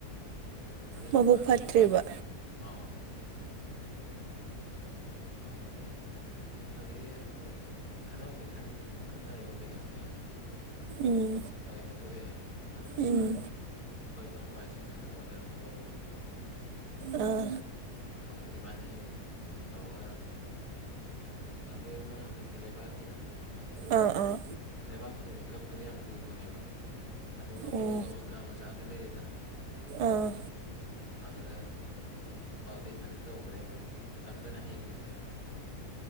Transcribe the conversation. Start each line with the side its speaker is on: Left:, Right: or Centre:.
Left: ꯑꯗꯨꯁꯨ
Right: ꯃꯕꯨꯛ
Left: ꯋꯥꯠꯂꯤꯅꯦꯕ
Right: ꯐꯠꯇ꯭ꯔꯤꯕ
Left: ꯑ ꯑꯗꯒꯤ ꯑꯗꯨꯏꯗꯤ ꯑꯃꯨꯛ ꯈꯟꯅꯕꯨꯗꯤ ꯈꯟꯅꯗ꯭ꯔꯦ ꯈꯟꯅꯔꯨꯔ ꯀꯩꯗꯧꯅꯤꯅ
Right: ꯎꯝ
Left: ꯑꯗꯨꯩ ꯇꯣꯛꯑꯦ ꯑꯗꯨꯒ
Right: ꯎꯝ
Left: ꯑꯩꯈꯣꯏ ꯏꯅꯥꯎꯄꯥꯁꯤꯡ ꯑꯃ ꯑꯣꯗꯔ ꯑꯃ ꯂꯧꯕ
Right: ꯑꯥ
Left: ꯑꯗꯨ ꯏꯕꯥꯅꯤ ꯇꯧꯔꯒ ꯁꯪꯒꯣꯏ ꯑꯃ ꯍꯧꯖꯤꯛꯀꯤ ꯂꯩꯕꯥꯛꯀꯤꯗꯣ
Right: ꯑꯥ ꯑꯥ
Left: ꯂꯩꯕꯥꯛꯀꯤꯗꯗꯤ ꯀꯛꯄꯗ ꯌꯥꯝ ꯂꯨꯕꯅꯦꯕ ꯑꯗꯨꯒ
Right: ꯑꯣ
Left: ꯕꯣꯛꯁ ꯕꯣꯛꯁꯀ ꯃꯆꯥꯁꯨ ꯂꯩꯔꯤꯗꯅ
Right: ꯑꯥ
Left: ꯑꯗꯨꯗ ꯑꯗꯨꯗ ꯏꯊꯟꯇ ꯇꯧꯕꯗꯤꯩ ꯑꯃꯨꯛ ꯅꯝꯗꯅ ꯍꯩꯈ꯭ꯔꯤꯅꯦꯕ